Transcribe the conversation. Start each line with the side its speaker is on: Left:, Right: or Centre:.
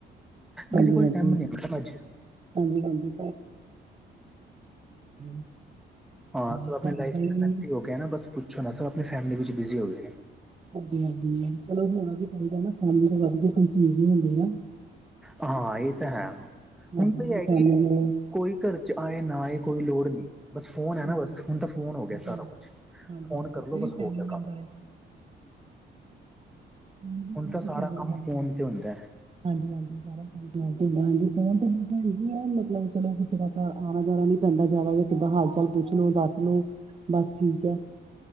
Right: ਹਾਂਜੀ,
Centre: ਕਿਸੇ ਕੋਲ
Right: ਹਾਂਜੀ,
Centre: ਟਾਈਮ ਨਹੀਂ ਹੈ ਮੈਮ ਅੱਜ
Right: ਹਾਂਜੀ, ਹਾਂਜੀ <unintelligible>
Centre: ਹਾਂ
Right: ਘਰ
Centre: ਆਪਣੀ ਲਾਈਫ
Right: ਦਾ ਹੀ
Centre: ਹੋ ਗਿਆ ਨਾ ਬਸ ਪੁੱਛੋ ਨਾ ਸਬ ਆਪਣੀ ਫੈਮਿਲੀ ਵਿੱਚ ਬਿਜ਼ੀ ਹੋ ਗਏ ਨੇ।
Right: ਹਾਂਜੀ, ਹਾਂਜੀ ਚਲੋ ਹੋਣਾ ਵੀ ਚਾਹੀਦਾ ਨਾ ਫੈਮਲੀ ਤੋਂ ਵੱਧ ਕੇ ਕੋਈ ਚੀਜ਼ ਨੀ ਹੁੰਦੀ ਆ।
Centre: ਹਾਂ ਇਹ ਤਾਂ ਹੈ
Right: ਹਾਂਜੀ
Centre: ਹੁਣ ਕੋਈ
Right: ਆਪਣੀ
Centre: ਆਈਡੀਆ
Right: ਫੈਮਿਲੀ ਨੂੰ
Centre: ਕੋਈ ਘਰ ਚ ਆਏ ਨਾ ਆਏ ਕੋਈ ਲੋੜ ਨਹੀਂ। ਬਸ ਫੋਨ ਹੈ
Right: ਹਾਂਜੀ
Centre: ਨਾ ਬਸ ਹੁਣ ਤਾਂ ਫੋਨ
Right: ਹਾਂਜੀ
Centre: ਹੋ ਗਿਆ ਸਾਰਾ ਕੁਛ ਫ਼ੋਨ
Right: ਹਾਂਜੀ ਇਹ
Centre: ਕਰ ਲੋ ਬਸ
Right: ਵੀ ਫੈਮਿਲੀ
Centre: ਹੋ ਗਿਆ
Right: ਮੈਂਬਰ
Centre: ਕੰਮ।
Right: ਹੈ ਫੈਮਲੀ
Centre: ਹੁਣ ਤਾਂ ਸਾਰਾ ਕੰਮ
Right: ਮੈਂਬਰ
Centre: ਫੋਨ ਤੇ ਹੁੰਦਾ।
Right: ਹਾਂਜੀ, ਹਾਂਜੀ ਸਾਰਾ ਹਾਂ ਫੋਨ ਤੇ ਮੈਂ ਮਤਲਬ ਚਲੋ, ਕਿਸੇ ਦਾ ਘਰ ਆਣਾ-ਜਾਣਾ ਨੀ ਪੈਂਦਾ ਜਾਦਾ ਦੇਰ ਕਿਦਾਂ ਹਾਲ-ਚਾਲ ਪੁੱਛਲੋ, ਦੱਸਲੋ, ਬਸ ਠੀਕ ਐ।